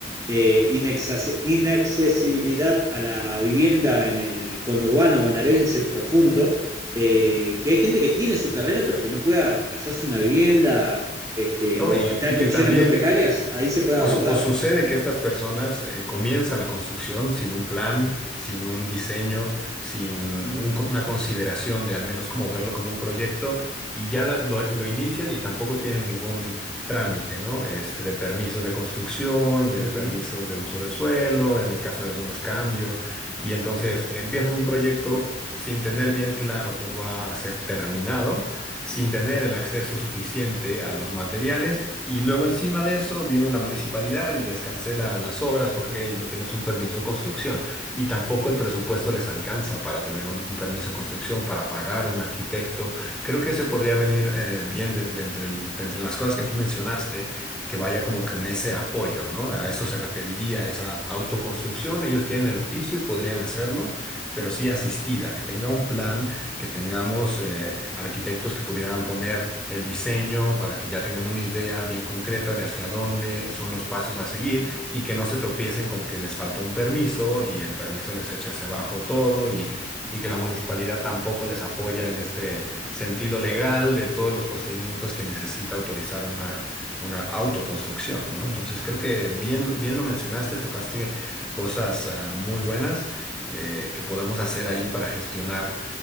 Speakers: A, on the right; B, in the centre.
A: eh, inaccesibilidad a la vivienda en el conurbano bonaerense profundo, eh, que hay gente que tiene su terreno pero que no pueda hacerse una vivienda este,
B: ¿no?
A: o
B: Y,
A: está
B: y
A: en
B: que
A: condiciones
B: también
A: muy precarias, ahí se puede abordar.
B: O, su- o sucede que estas personas eh, comienzan la construcción sin un plan, sin un diseño, sin
A: Mm,
B: un- una consideración de al menos como verlo como un proyecto y ya la- lo, lo inician y tampoco tienen ningún trámite, ¿no? Este, de permisos de construcción, de
A: ujú.
B: permisos de uso de suelo, en el caso de algunos cambios. Y entonces empiezan un proyecto sin tener bien claro cómo va a ser terminado, sin tener el acceso suficiente a los materiales y luego encima de eso viene la municipalidad y les cancela las obras porque no tienes un permiso de construcción y tampoco el presupuesto les alcanza para tener un, un permiso de construcción, para pagar un arquitecto. Creo que ese podría venir eh, bien de, de entre, el- de entre las cosas que tú mencionaste, que vaya como que en ese apoyo, ¿no? A eso se referiría esa autoconstrucción. Ellos tienen el oficio y podrían hacerlo, pero sí asistida, que tenga un plan que tengamos eh, arquitectos que pudieran poner el diseño para que ya tengan una idea bien concreta de hacia dónde son los pasos a seguir y que no se tropiecen con que les faltó un permiso y el permiso les echa hacia abajo todo y, y que la municipalidad tampoco les apoya en este sentido legal de todos los procedimientos que necesita autorizar una, una autoconstrucción, ¿no? Entonces creo que bien, bien lo mencionaste, tocaste cosas ah, muy buenas eh, que podemos hacer ahí para gestionar